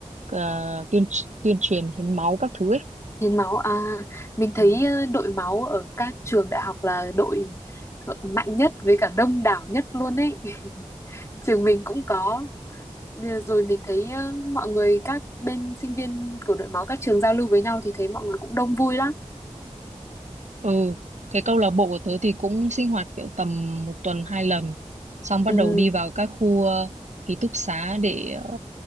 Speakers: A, on the right; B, on the left.
A: ờ, tuyên tuyên truyền hiến máu các thứ ấy
B: Hiến máu à mình thấy
A: Ừ.
B: ờ, đội máu ở các trường đại học là đội mạnh nhất với cả đông đảo nhất luôn ấy <laughs> trường mình cũng có Ờ, rồi mình thấy ờ, mọi người các bên sinh viên của đội máu các trường giao lưu với nhau thì thấy mọi người cũng đông vui lắm
A: Ừ, cái câu lạc bộ của tớ thì cũng sinh hoạt kiểu tầm một tuần hai lần, xong bắt
B: ừ
A: đầu đi vào các khu ờ, ký túc xá để ờ,